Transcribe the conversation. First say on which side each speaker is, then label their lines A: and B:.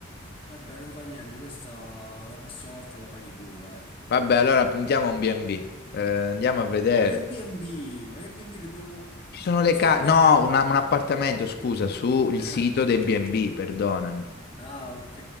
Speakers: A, on the left (about 25°); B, on the left (about 50°).
A: Vabbè, non fa niente, questa la prossima volta la paghi tu, dai.
B: Vabbè, allora puntiamo a un B&B. Eh, andiamo a vedere.
A: Ma che B&B? Ma che B&B dobbiamo...
B: Ci sono le
A: Cioè,
B: case...
A: beh...
B: No, una- un appartamento, scusa, sul
A: <laughs>
B: sito dei B&B, perdonami.
A: Ah, ok.